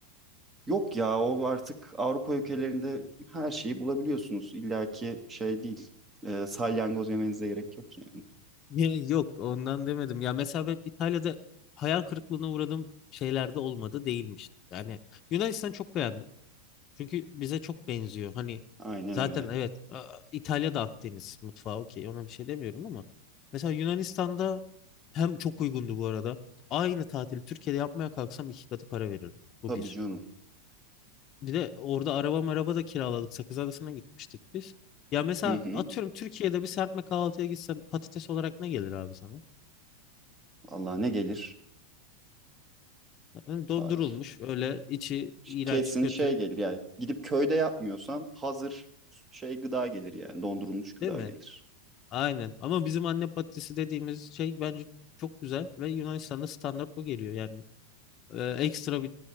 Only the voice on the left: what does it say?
<laughs> Ya, Yok ondan demedim. Ya mesela ben İtalya'da hayal kırıklığına uğradığım şeyler de olmadı değilmiş. Yani Yunanistan çok beğendim. Çünkü bize çok benziyor. Hani
zaten
evet a- İtalya'da Akdeniz mutfağı okey ona bir şey demiyorum ama mesela Yunanistan'da hem çok uygundu bu arada. Aynı tatili Türkiye'de yapmaya kalksam iki katı para verirdim. Bu
bir.
Bir de orada araba maraba da kiraladık. Sakız Adası'na gitmiştik biz. Ya mesela
atıyorum Türkiye'de bir serpme kahvaltıya gitsen patates olarak ne gelir abi sana?
Yani dondurulmuş
öyle içi iğrenç
kötü
değil mi?
Aynen. Ama bizim anne patatesi dediğimiz şey bence çok güzel ve Yunanistan'da standart o geliyor yani. Ee, ekstra bir